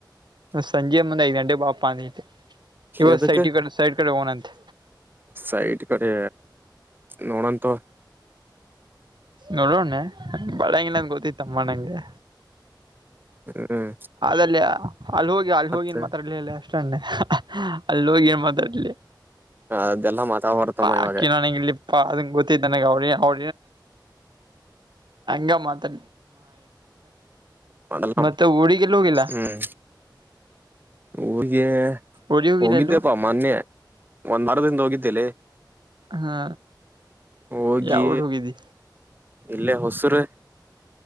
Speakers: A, on the right; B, on the right.
A: ಸಂಜೆ ಮುಂದೆ ಐದಂಟೆ ಪಾಪ ಅೈತೆ ಇವಾಗ
B: ಎದಕ್ಕೆ
A: ಸೈಟ ಕಡೆ ಸೈಡ್ ಕಡೆ ಹೋಗಣಂತೆ.
B: ಸೈಟ್ ಕಡೆ ನೋಡಂತ
A: ನೋಡೋಣ್ಣೆ ಬಾಳಂಗಿಲ್ಲಂದ ಗೊತ್ತತ್ತಮ್ಮ ನಂಗೆ.
B: ಹ್ಮ್
A: ಅಲ್ಲಿ ಅಲ್ಲಿ ಹೋಗಿ ಅಲ್ಲಿ
B: ಮತ್ತೆ
A: ಹೋಗಿನ್ ಮಾತಾಡ್ಲಿ ಅಲ್ಲ ಅಷ್ಟೊನ್ನೆ ಅಲ್ಲಿ ಹೋಗಿನ್ ಮಾತಾಡ್ಲಿಾ
B: ಅದೆಲ್ಲಾ ಮಾತಾಡ್ಬಾರತಮ್ಮ ಇವಾಗ
A: ಆಕಿ ನನಂಗ ಇಲ್ಲಿಪ್ಪಾ ಅದನ್ ಗೊತ್ತ ನನಗೆ ಅವ್ರಿ ಅವ. ನಂಗ ಮಾತಾ.
B: ಮಾಡಲ್ಲ
A: ಮತ್ತೆ. ಡಿಗೆಲೋಗಲ್ಲ.
B: ಹ್ಮ್ ಊರಿಗೆ.
A: ಊರಿಗೆ ಹೋಗಿಲ್ಲ
B: ಹೋಗಿದ್ದಪ್ಪಾ
A: ಎಲ್ಲೂ
B: ಮಾನ್ಯ. ಒಂದ್ ಮಾರದಿಂದ ಹೋಗಿದ್ದೇಲ್ಲಿ.
A: ಹಾ.
B: ಹೋಗಿ.
A: ಯಾವ ಊರ್ ಹೋಗಿದ್ದಿ
B: ಇಲ್ಲೇ ಹೊಸರು.